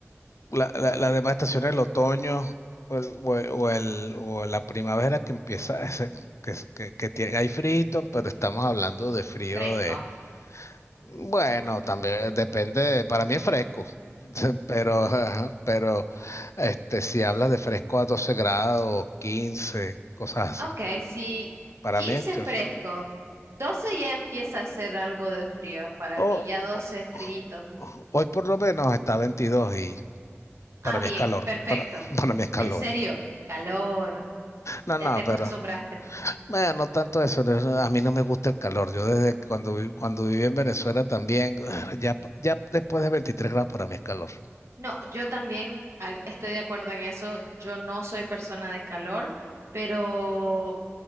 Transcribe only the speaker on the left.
la- la- las demás estaciones, el otoño o, el- o el- o el- o la primavera que empieza, <laughs> ese- que, es- que, que tiene, hay frío, pero estamos hablando de frío
de, bueno, también depende, para mí es fresco, <laughs> pero, ajá, pero este, si hablas de fresco a 12 grados, 15, cosas así,
para
mí, este,
o-
o-
hoy por lo menos está 22 y
para mi
escalor,
para, <laughs> para mi escalor.
No, no,
pero bueno, no tanto eso, a mí no me gusta el calor. Yo desde cuando, cuando viví en Venezuela también, <sighs> ya, ya después de 23 grados para mí es calor.